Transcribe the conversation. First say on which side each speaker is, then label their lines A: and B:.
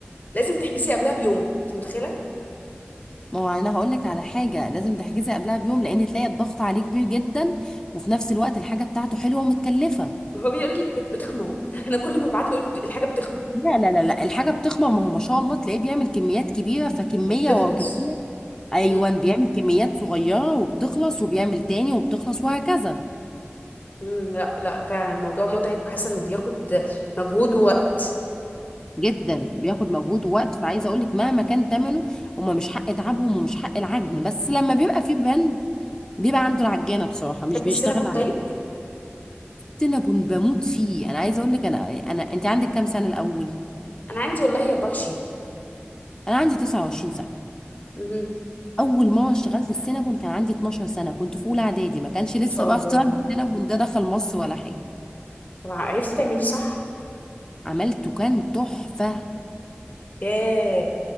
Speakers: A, on the left (about 45°); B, on the left (about 15°).
A: لازم تحجزي قبلها بيوم انت متخيله
B: ما هو انا هقول لك على حاجه لازم تحجزي قبلها بيوم لان تلاقي الضغط عليه كبير جدا وفي نفس الوقت الحاجه بتاعته حلوه ومتكلفه
A: هو بيقول لي بت- بتخمر <laughs> انا كل ما ببعت له يقول لي بت- الحاجه بتخمر
B: لا لا لا لا الحاجه بتخمر ما هو ما شاء الله تلاقيه بيعمل كميات كبيره فكميه
A: وبتخلص
B: ورا كميه ايوه
A: امم
B: بيعمل كميات صغيره وبتخلص وبيعمل تاني وبتخلص وهكذا
A: امم لا لا فعلا الموضوع متعب وحاسه انه بياخد مجهود ووقت
B: جدا بياخد مجهود ووقت فعايزه اقول لك مهما كان ثمنه هما مش حق تعبهم ومش حق العجن بس لما بيبقى في بند بيبقى عنده العجانه بصراحه مش
A: تحبي
B: بيشتغل
A: السينابون
B: عليا
A: طيب
B: سينابون بموت فيه انا عايزه اقول لك انا انا انت عندك كام سنه الاول
A: انا عندي والله 24
B: انا عندي 29 سنه
A: امم ان
B: اول مره اشتغلت السينابون كان عندي 12 سنه كنت في اولى اعدادي ما كانش لسه
A: شاء
B: بقى
A: الله
B: اختراع السينابون ده دخل مصر ولا حاجه
A: طبعا عرفتي تعمليه صح
B: عملته كان تحفه
A: ياه